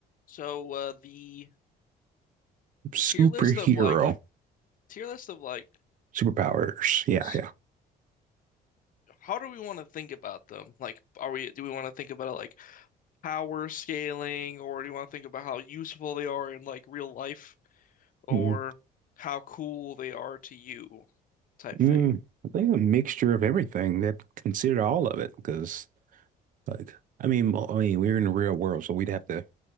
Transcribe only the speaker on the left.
So uh, the the
tier list of like tier list of like
s-
how do we want to think about them? Like, are we do we want to think about it like power scaling, or do you want to think about how useful they are in like real life, or
how cool they are to you, type
thing?